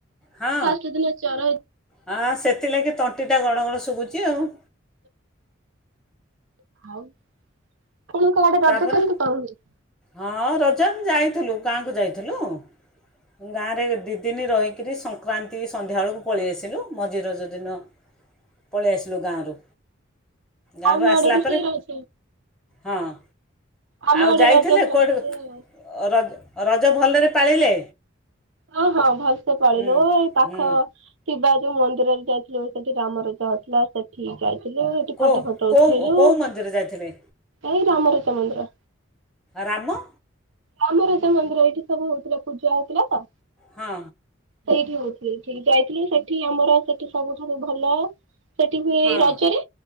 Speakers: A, in the centre; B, on the right.
A: ହଁ
B: ଫାଷ୍ଟେ ଦିନ ଜର ହେଇ
A: ହଁ ସେଥିଲାଗି ତଣ୍ଟିଟା ଗଣ ଗଣ ଶୁବୁଚି ଆଉ।
B: ଆପଣଙ୍କ ଆଡେ ରଜ
A: ତା'ପରେ
B: କେମିତି ପାଳନ ହୁଏ?
A: ହଁ ରଜ ନ୍ ଯାଇଥିଲୁ ଗାଁକୁ ଯାଇଥିଲୁ ଗାଁ ରେ ଦି ଦିନି ରହିକିରି ସଂକ୍ରାନ୍ତି ସନ୍ଧ୍ୟାବେଳକୁ ପଳେଇ ଆସିଲୁ ମଝି ରଜ ଦିନ ପଳେଇ ଆସିଲୁ ଗାଁରୁ- ଗାଁରୁ
B: ଆମ
A: ଆସିଲା
B: ଆଡେ ବି ସେଇ
A: ପରେ
B: ରଜ
A: ହଁ-
B: ଆମ
A: ଆଉ
B: ଆଡେ
A: ଯାଇଥିଲେ
B: ରଜ ଭଲସେ
A: କୁଆଡୁ ଅ-ର- ରଜ ଭଲରେ ପାଳିଲେ?
B: ହଁ- ହଁ ଭଲ୍ ସେ ପାଳିଲୁ
A: ହୁଁ
B: ଏଇ ପାଖ
A: ହୁଁ
B: କିବା ଯଉ ମନ୍ଦିରରେ ଯାଇଥିଲୁ ସେଠି ରାମ <unintelligible> ହଉଥିଲା ସେଠି ଯାଇଥିଲୁ। ସେଠି
A: କେଉଁ
B: ଫଟ ଫଟ
A: କେଉଁ
B: ଉଠେଇଲୁ
A: କେଉଁ ମନ୍ଦିର ଯାଇଥିଲେ
B: ଏଇଟା ଆମର <unintelligible> ମନ୍ଦିର।
A: ରାମ।
B: ଆମ <unintelligible> ମନ୍ଦିର ଏଇଠି ସବୁ ହଉଥିଲା ପୂଜା ହଉଥିଲା ତ।
A: ହଁ।
B: ସେଇଠି ହଉଥିଲି ସେଠିକି ଯାଇଥିଲି ସେଠି ଆମର ସେଠି ସବୁଠାରୁ ଭଲ ସେଠି ହୁଏ
A: ହଁ
B: ଏଇ ରଜରେ